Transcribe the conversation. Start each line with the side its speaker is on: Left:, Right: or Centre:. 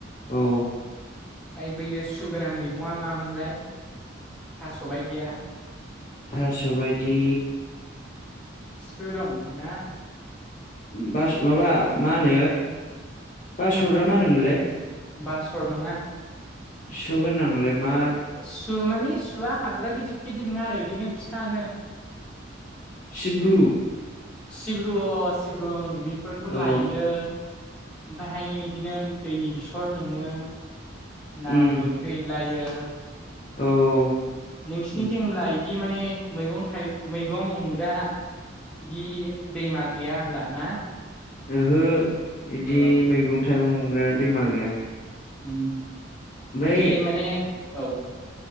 Left: औ।
Centre: ओइ बैयो सुगोनां मैगंङा मामोनलाय थास' बायदिया?
Left: थास'बायदि
Centre: सु दंना
Left: बास माबा मा होनो बास'र ना मा होनोमोनलाय।
Centre: बासर नङा।
Left: सुगोन नांलाय मा
Centre: सु माने सुआ हाबग्रा गिदिद गिदिद नङा आरो बिदिनो फिसानो
Left: सिब्रु
Centre: सिब्रु अ सिब्रुं बेफोरखौ
Left: औ
Centre: लायो ओमफायहाय बिदिनो दैनि बेसर मोनो ना
Left: उम
Centre: गुरहैलायो।
Left: औ औ
Centre: नोंसिरनिथिं
Left: उम
Centre: होनब्ला बिदि माने मैगं थाइ मैगं मोनग्रा बिदि दैमा गैया होमब्ला ना?
Left: ओहो बिदि
Centre: अ
Left: मैगं थाइगं मोनग्रा दैमा गैया।
Centre: बिदि
Left: ओमफ्राय
Centre: माने औ